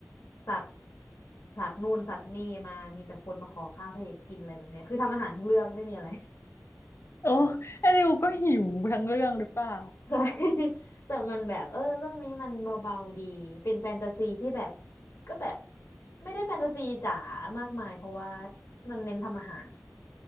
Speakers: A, on the left; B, on the left.
A: สัตว์สัตว์นู่นสัตว์นี่มามีแต่คนมาขอข้าวพระเอกกินอะไรแบบเนี้ยคือทำอาหารทั้งเรื่องไม่มีอะไร
B: โอ้ไอ้นิวก็หิวทั้งเรื่องหรือเปล่า
A: <laughs> ใช่แต่มันแบบเออเรื่องนี้มันเบาๆดีเป็นแฟนตาซีที่แบบก็แบบไม่ได้แฟนตาซีจ๋ามากมายเพราะว่ามันเน้นทำอาหาร